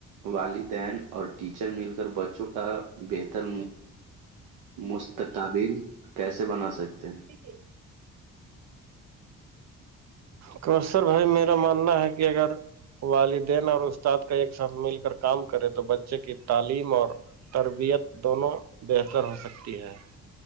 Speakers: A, on the right; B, on the right.
A: والدین اور ٹیچر مل کر بچوں کا بہتر مستقبل کیسے بنا سکتے ہیں
B: <inaudible> کرسر بھائی میرا ماننا ہے کہ اگر والدین اور استاد کا ایک ساتھ مل کر کام کرے تو بچے کی تعلیم اور تربیت دونوں بہتر ہو سکتی ہے